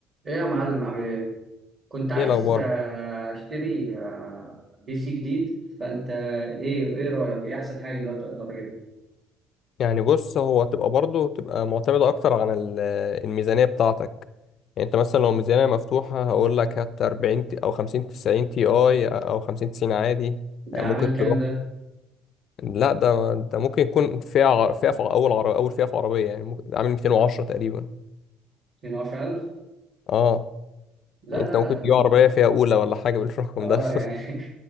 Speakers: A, on the right (about 25°); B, on the left (about 40°).
A: ايه يا معلم عامل ايه كنت عايز
B: ايه الاخبار
A: آه، اشتري آه، بي سي جديد فانت ايه ايه رايك ايه احسن حاجه دلوقتي اقدر اجيبها
B: يعني بص هو هتبقى برضه تبقى معتمده اكتر عن ال- الميزانيه بتاعتك يعني انت مثلا لو ميزانيه مفتوحه هقول لك هات 40 تي- او 50 90 تي اي او 50 90 عادي
A: انت
B: آه،
A: عامل
B: ممكن
A: كام
B: تروح
A: ده
B: لا ده ده ممكن يكون فئه ع- فئه في اول عربيه اول فئه في عربيه يعني ممكن ده عامل 210 تقريبا
A: 12000
B: اه
A: لا
B: يعني انت
A: لا
B: ممكن
A: لا م-
B: تجيب عربيه فئه اولى ولا حاجه بالرقم
A: اه
B: ده
A: يعني
B: <laughs>
A: <laughs>